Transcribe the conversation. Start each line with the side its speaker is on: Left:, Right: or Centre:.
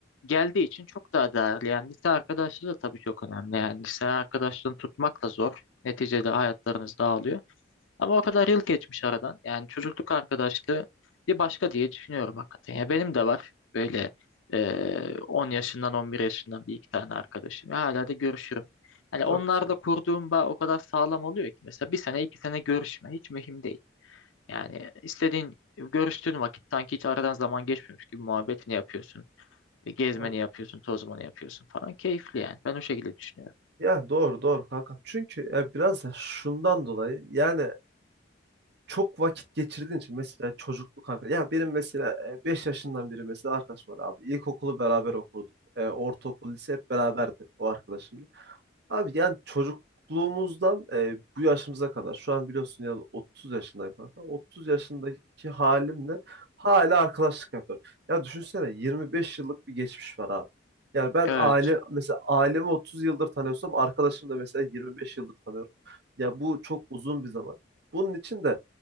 Left: geldiği için çok daha değerli. Yani lise arkadaşlığı da tabii çok önemli. Yani lise arkadaşlığını tutmak da zor. Neticede hayatlarınız dağılıyor. Ama o kadar yıl geçmiş aradan. Yani çocukluk arkadaşlığı bir başka diye düşünüyorum hakikaten. Ya benim de var böyle eee, 10 yaşından 11 yaşından bir iki tane arkadaşım. Ya hala da görüşürüm. Hani
Right: Çok
Left: onlarla
Right: güzel.
Left: kurduğum bağ o kadar sağlam oluyor ki mesela bir sene iki sene görüşme hiç mühim değil. Yani istediğin görüştüğün vakit sanki hiç aradan zaman geçmiyormuş gibi muhabbetini yapıyorsun. E, Gezmeni
Right: Abi,
Left: yapıyorsun, tozmanı yapıyorsun falan. Keyifli yani. Ben o şekilde düşünüyorum.
Right: Ya doğru doğru kankam. Çünkü e, biraz da şundan dolayı yani çok vakit geçirdiğin için mesela çocukluk arkadaş. Ya benim mesela e, 5 yaşından beri mesela arkadaş var abi. İlkokulu beraber okuduk. E, ortaokul, lise hep beraberdi o arkadaşım. Abi yani çocukluğumuzdan e, bu yaşımıza kadar şu an biliyorsun ya 30 yaşındayım kanka. 30 yaşındaki halimle hala arkadaşlık yapıyorum. Ya düşünsene 25 yıllık bir geçmiş var abi. Yani ben
Left: Evet.
Right: aile mesela ailemi 30 yıldır tanıyorsam arkadaşım da mesela 25 yıldır tanıyorum. Ya bu çok uzun bir zaman. Bunun için de